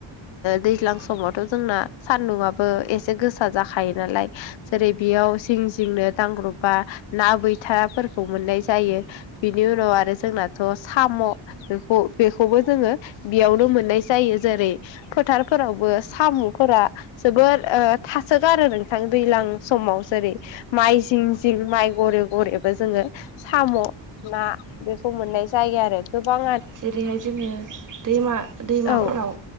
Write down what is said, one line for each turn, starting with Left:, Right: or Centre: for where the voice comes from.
Left: दैज्लां
Right: ओ
Left: समावथ' जोंना सान्दुंआबो एसे गोसा जाखायो नालाय। जेरै बेयाव जिं जिंनो दांग्रबबा ना बैथाफोरखौ मोननाय जायो बिनि उनाव आरो जोंना थ' साम' बेखौ- बेखौबो जोङो बेयावनो मोननाय जायो जेरै फोथारफोरावबो साम'फोरा जोबोर ओ थासोगारो नोंथां दैलां समाव जेरै माइ जिं -जिं माइ गरे- गरे जोङो साम' ना बेखौ मोननाय जायो आरो गोबां
Right: जेरैहाय जोङो दैमा- दैमाफ्राव
Left: औ